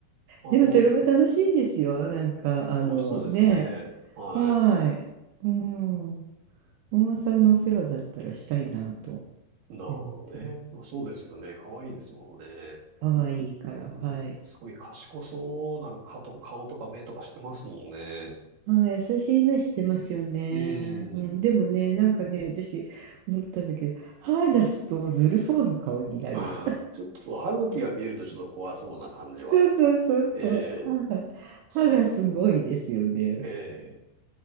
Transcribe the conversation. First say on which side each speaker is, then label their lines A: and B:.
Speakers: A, on the right; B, on the right.
A: あの、
B: でもそれも楽しいんですよ。なんか、あのね、
A: 楽しそうですね。はい。
B: はい。うん。お馬さんのお世話だったらしたいなと
A: なるほどね。
B: 思ってます。
A: そうですよね。可愛いですもんね。
B: 可愛いから、
A: うん、
B: はい。
A: すごい賢そうな顔と、顔とか目とかしてますもんね。
B: ああ、優しい目してますよね。
A: うん。
B: うん、でもね、なんかね、私、思ったんだけど、歯出すとずるそうな顔になる。
A: <laughs> あーちょっとそう、歯茎が見えるとちょっと怖そうな感じは、
B: そうそうそうそう。
A: ええ、
B: 歯が、
A: しますね。
B: 歯がすごいですよね。
A: ええ。